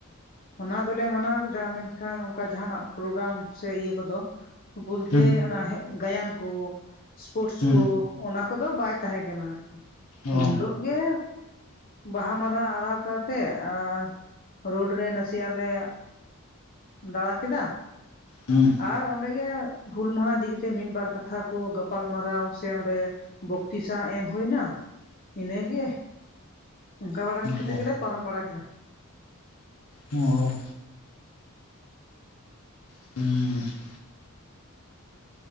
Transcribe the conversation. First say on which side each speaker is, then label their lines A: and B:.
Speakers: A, on the left; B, on the left.
A: ᱚᱱᱟ ᱫᱚᱞᱮ ᱢᱟᱱᱟᱣ ᱠᱮᱫᱟ ᱢᱮᱱᱠᱷᱟᱱ ᱚᱱᱠᱟ ᱡᱟᱦᱟᱱᱟᱜ ᱯᱨᱳᱜᱨᱟᱢ ᱥᱮ ᱤᱭᱟᱹ ᱠᱚᱫᱚ᱾ ᱵᱳᱞᱛᱮ
B: ᱦᱩᱸ
A: ᱚᱱᱟ ᱜᱟᱭᱟᱱ ᱠᱚ ᱥᱯᱳᱨᱴᱥ
B: ᱦᱩᱸ
A: ᱠᱚ, ᱚᱱᱟ ᱠᱚᱫᱚ ᱵᱟᱭ ᱛᱟᱦᱮᱸ ᱠᱟᱱᱟ ᱟᱨᱠᱤ᱾
B: ᱚ
A: ᱩᱱ ᱦᱤᱞᱳ ᱜᱮ ᱵᱟᱦᱟ ᱢᱟᱨᱟᱣ ᱟᱨᱟᱣ ᱠᱟᱛᱮᱜ ᱟᱨ ᱨᱳᱰ ᱨᱮ ᱱᱟᱥᱮᱭᱟᱜ ᱞᱮ ᱫᱟᱬᱟ ᱠᱮᱫᱟ,
B: ᱦᱩᱸ᱾
A: ᱟᱨ ᱚᱸᱰᱮ ᱜᱮ ᱦᱩᱞ ᱢᱟᱦᱟ ᱤᱫᱤ ᱠᱟᱛᱮᱫ ᱢᱤᱫ ᱵᱟᱨ ᱠᱟᱛᱷᱟ ᱠᱚ ᱜᱟᱯᱟᱞ ᱢᱟᱨᱟᱣ ᱥᱮ, ᱚᱸᱰᱮ ᱵᱚᱠᱛᱤᱥᱟ ᱮᱢ ᱦᱩᱭ ᱱᱟ᱾ ᱤᱱᱟᱹᱜᱮ ᱚᱱᱠᱟ ᱵᱟᱲᱟ
B: ᱦᱩᱸ
A: ᱠᱟᱛᱮᱫ ᱜᱮᱞᱮ ᱯᱟᱨᱚᱢ ᱵᱟᱲᱟ ᱠᱮᱫᱟ᱾
B: ᱚᱸᱻ <unintelligible>